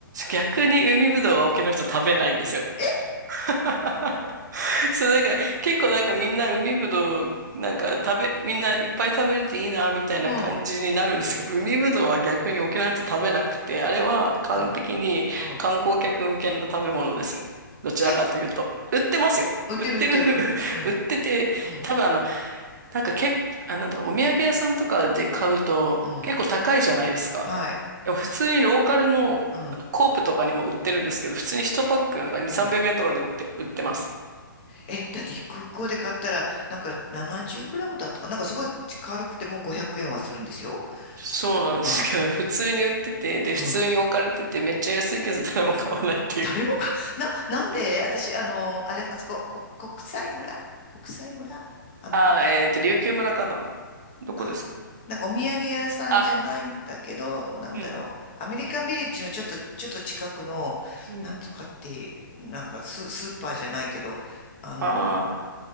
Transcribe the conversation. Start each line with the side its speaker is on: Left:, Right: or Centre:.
Right: 逆に海ぶどうは沖の人食べないんですよ。
Left: <laughs> え
Right: <laughs> そう、なんか、結構なんかみんな海ぶどう、なんか食べ、みんないっぱい食べれていいな、みたいな感じになるんですけど、
Left: うん
Right: 海ぶどうは逆に沖縄の人食べなくて、あれは完璧に観光客向けの食べ物ですね。
Left: うんうん
Right: どちらかというと。
Left: え
Right: 売ってますよ。
Left: 売ってる売ってるうんうん
Right: 売ってる <laughs> 売ってて、
Left: うん
Right: 多分あの、なんかけ、あ、なんだろう、お土産屋さんとかで買うと結構高いじゃないですか。
Left: うんはい
Right: でも普通にローカルのコープとかにも売ってるんですけど、
Left: うん
Right: 普通に1パックなん2、
Left: うん
Right: 300円とかで売って、売ってます。
Left: え、だって空港で買ったら、なんか70グラムだったかな、なんかすごい軽くてもう500円はするんですよ。
Right: そうなんですけど、
Left: うん、
Right: 普通に売ってて、で、普通に置かれてて、
Left: うん。
Right: めっちゃ安いけど誰も買わないっていう。
Left: 誰もか、な、なんで私、あの、あれ、あそこ、こ、国際村国際村あん、
Right: あー、えっと、琉球村かなどこですか
Left: あ、なんかお土産屋さんじゃないんだけど、
Right: あ、
Left: なんだろう。
Right: うん、
Left: アメリカンビレッジのちょっと、ちょっと近くの、
Right: うん。
Left: なんとかっていう、なんかス、スーパーじゃないけど、あの、
Right: あ